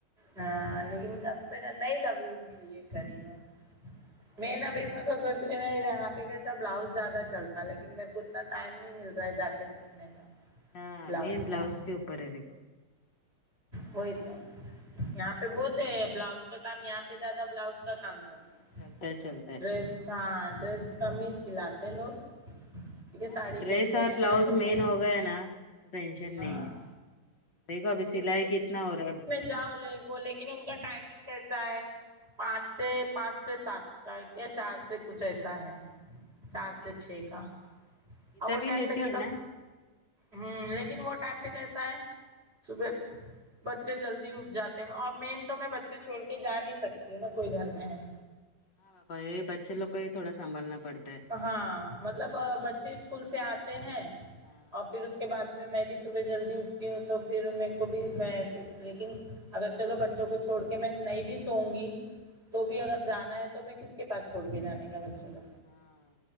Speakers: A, on the right; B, on the left.
A: ہاں لیکن کم سے کم نہیں کبھی یہ کری ہو میں نہ <unintelligible> سا بلاؤز زیادہ چلتا ہے لیکن میرے کو اتنا ٹائم نہیں مل رہا ہے جا کے سیکھنے کا
B: ہاں
A: بلاؤز
B: مین
A: کا
B: کے اوپر ہے دیکھو
A: وہی تو یہاں پہ بہت ہے بلاؤز کا کام یہاں پہ زیادہ بلاؤز کا کام چلتا
B: چلتا ہے چلتا ہے
A: ڈس ہاں ڈریس کم ہی سلاتے لوگ کیونکہ
B: ہاں
A: ساڑی
B: ڈریس
A: پہنتے ہیں
B: اور
A: نا
B: بلاؤز
A: یہاں پہ زیادہ
B: مین ہو گیا نا تو ٹینشن
A: ہاں
B: نہیں ہے دیکھو ابھی سلائی کتنا ہو رہا ہے
A: جا وہ لیکن ان کا ٹائمنگ کیسا ہے پانچ سے پانچ سے سات کا یا چار سے کچھ ایسا ہے چار
B: نہیں
A: سے چھ کا
B: گیتا
A: اور وہ
B: بھی
A: ٹٹیم
B: لیتی
A: پہ کیا
B: ہے
A: سب
B: نا
A: ہوں لیکن وہ ٹائم پہ کیسا ہے صبح کو بچے جلدی اٹھ جاتے ہیں اور میں تو میں بچے چھوڑ کے جا نہیں سکتی ہوں نا کوئی گھر میں ہے
B: ہاں پر یہ بچے لوگ کو ہی تھوڑا سنبھالنا پڑتا ہے
A: ہاں مطلب بچے اسکول سے آتے ہیں
B: ہاں
A: اور پھر اس کے بعد میں میں بھی صبح جلدی اٹھتی ہوں تو پھر میرے کو بھی میں بھی لیکن اگر چلو بچوں کو چھوڑ کے میں نہیں بھی سووں گی تو بھی
B: ہاں
A: اگر جانا ہے تو میں کس کے پاس چھوڑ کے جانے کا بچے لو
B: ہاں